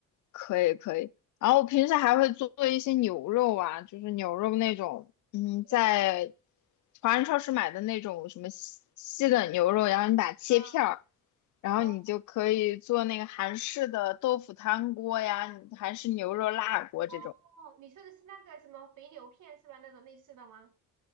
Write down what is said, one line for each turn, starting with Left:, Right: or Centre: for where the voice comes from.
Left: 可以可以。然后我平时还会做一些牛肉啊，就是牛肉那种，嗯，
Right: 对，
Left: 在华人超市买的那种什么西西冷牛肉，然后你把它切片儿，
Right: 啊，
Left: 然后你就可以做那个韩式的豆腐汤锅呀，
Right: 哦
Left: 韩式牛肉辣锅这种。
Right: 哦，你说的是那个什么肥牛片是吧？那种类似的吗？